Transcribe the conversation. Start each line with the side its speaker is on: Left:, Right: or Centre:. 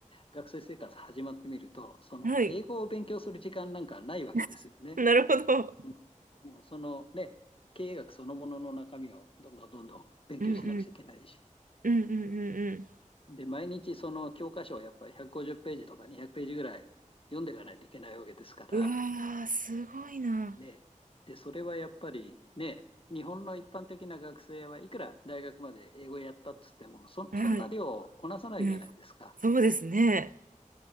Left: 学生生活始まってみると、その英語を勉強する時間なんかないわけですよね。
Right: はい。<laughs> なるほど。
Left: うんもう、そのね、経営学そのものの中身をどんどんどんどん勉強しなくちゃいけないし、
Right: うん、うん、うん、うん、うん
Left: で、毎日その教科書をやっぱり150ページとか200ページぐらい読んでいかないといけないわけですから、
Right: うん。うわー、すごいな。
Left: ね、で、それはやっぱりね、日本の一般的な学生はいくら大学まで英語やったっつっても、そ、
Right: はい、
Left: そんな量をこなさないじゃないですか。
Right: うん、そうですね。